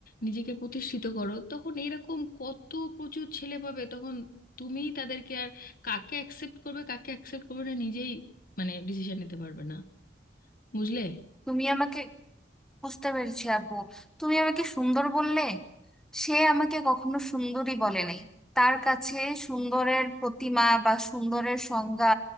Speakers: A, on the left (about 55°); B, in the centre.
A: নিজেকে প্রতিষ্ঠিত করো তখন এরকম কত প্রচুর ছেলে পাবে তখন তুমিই তাদেরকে আর কাকে অ্যাকসেপ্ট করবে কাকে অ্যাকসেপ্ট করবে না নিজেই মানে ডিসিশন নিতে পারবে না বুঝলে
B: তুমি আমাকে বুঝতে পেরেছি আপু তুমি আমাকে সুন্দর বললে সে আমাকে কখনো সুন্দরী বলে নাই তার কাছে সুন্দরের প্রতিমা বা সুন্দরের সংজ্ঞা